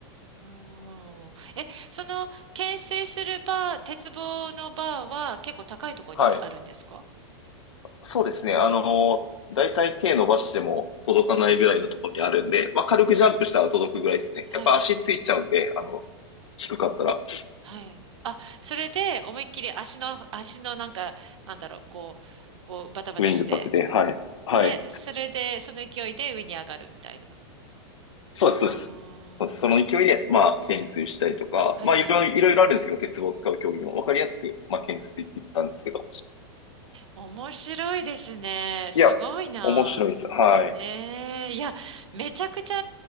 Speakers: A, on the right; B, on the left.
A: おーえ、その、懸垂するバー、鉄棒のバーは結構高いとこにあるんですか
B: はい。そうですね。あの、だいたい手伸ばしても届かないぐらいのところにあるんで、まあ、軽くジャンプしたら届くぐらいですね。
A: はいはい。
B: やっぱ足ついちゃうんで、あの、低かったら、
A: はい。あ、それで思いっきり足の、足のなんか、なんだろう、こう、こうバタバタして、
B: スイングさせて、はい。はい。
A: で、それで、その勢いで上に上がるみたいな。
B: そうです、そうです。
A: あー
B: そうですその勢いで、まあ、懸垂したりとか、
A: はいはい。
B: まあ、いろいろ、いろいろあるんですけど、鉄棒を使う競技もわかりやすく、まあ、懸垂って言ったんですけど。
A: 面白いですね。すごいな。
B: いや、面白いです。はい。
A: ええいや、めちゃくちゃ、